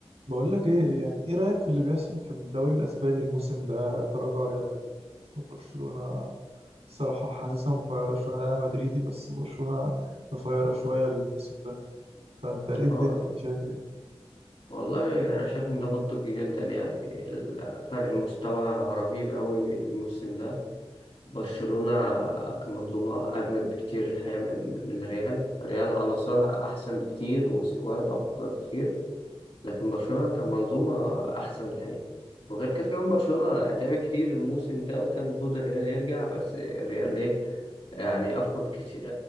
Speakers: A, on the right; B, on the left.
A: بقول لك ايه يعني ايه رأيك في اللي بيحصل في الدوري الاسباني الموسم ده تراجع ريال مدريد وبرشلونة الصراحة حاسسها مفيرة شوية انا مدريدي بس برشلونة مفيرة شوية الموسم ده فانت ايه الدنيا
B: اه
A: يعني شايف ايه
B: والله انا شايف ان ده منطقي جدا يعني ال- فرق المستوى رهيب قوي الموسم ده برشلونة كمنظومة اجمد بكتير الحقيقة من من ريال ريال عناصرها احسن بكتير وسكواد افضل بكتير لكن برشلونة كمنظومة احسن الحقيقة وغير كده كمان برشلونة تعب كتير الموسم ده وكان المفروض الريال يرجع بس الريال ايه يعني افقد كتير